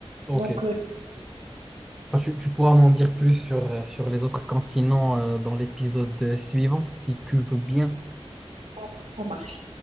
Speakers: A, in the centre; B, on the right.
A: ok.
B: Donc, euh, je sais
A: Bah, tu, tu pourras m'en dire plus sur, euh, sur les autres continents euh, dans l'épisode euh, suivant, si tu veux bien.
B: pas comment ça marche.